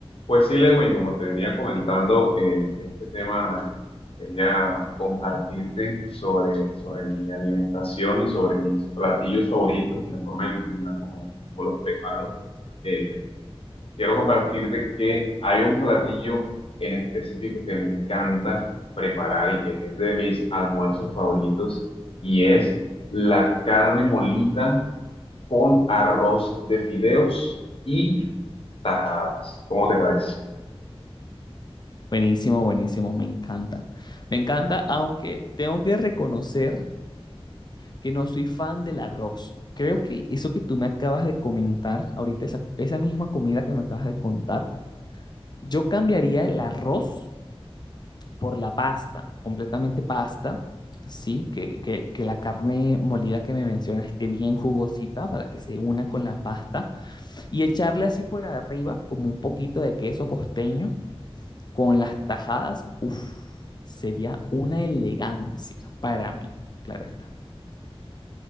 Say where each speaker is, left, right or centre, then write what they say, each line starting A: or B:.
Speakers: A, on the left; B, on the left.
A: Pues sí, Lewin, como te venía comentando, eh, este tema eh, quería compartirte sobre, sobre mi alimentación y sobre mis platillos favoritos y la forma en, en la como, como los preparo. Eh, quiero compartirte que hay un platillo en específico que me encanta preparar y que es de mis almuerzos favoritos y es la carne molida con arroz de fideos y tajadas. ¿Cómo te parece?
B: Buenísimo, buenísimo, me encanta. Me encanta, aunque tengo que reconocer que no soy fan del arroz. Creo que eso que tú me acabas de comentar ahorita, esa, esa misma comida que me acabas de contar, yo cambiaría el arroz por la pasta, completamente pasta, ¿sí? Que, que, que la carne molida que me mencionas esté bien jugosita para que se una con la pasta y echarle así por arriba como un poquito de queso costeño Con las tajadas, uff, sería una elegancia para mí, claro está.